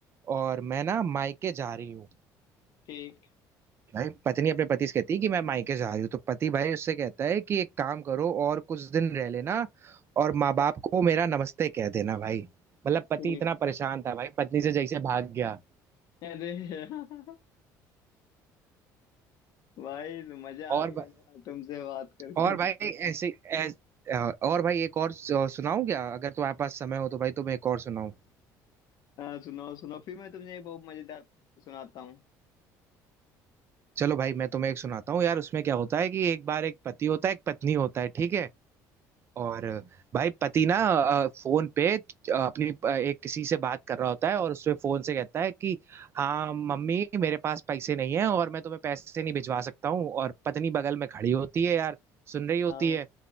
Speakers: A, on the right; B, on the left.
A: और मैं ना मायके जा रही हूँ
B: ठीक
A: भाई पत्नी अपने पति से कहती है कि मैं मायके जा रही हूँ तो पति भाई उससे कहता है कि एक काम करो और कुछ दिन रह लेना और माँ बाप को मेरा नमस्ते कह देना भाई मतलब पति
B: ठीक
A: इतना परेशान था भाई पत्नी से जैसे भाग गया
B: <laughs> अरे यार, भाई तो मजा
A: और
B: आ गया
A: ब-
B: यार तुमसे बात करके
A: और भाई ऐसे ऐस, और भाई एक और सु- सुनाऊं क्या अगर तुम्हारे पास समय हो तो भाई तुम्हें एक और सुनाऊं
B: हाँ सुनाओ सुनाओ फिर मैं तुमसे एक बहुत मजेदार सुनाता हूँ
A: चलो भाई मैं तुम्हें एक सुनाता हूँ यार उसमें क्या होता है कि एक बार एक पति होता है एक पत्नी होता है ठीक है और भाई पति ना अ, फोन पे अ, अपनी अ, एक किसी से बात कर रहा होता है और उससे फोन से कहता है कि हाँ मम्मी मेरे पास पैसे नहीं है और मैं तुम्हें पैसे नहीं भिजवा सकता हूँ और पत्नी बगल में खड़ी होती है यार सुन रही होती
B: हाँ
A: है